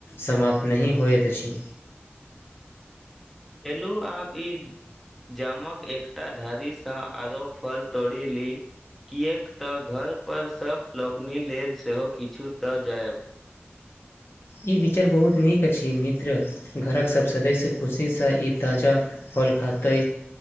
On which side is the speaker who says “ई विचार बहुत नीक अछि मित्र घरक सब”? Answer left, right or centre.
Left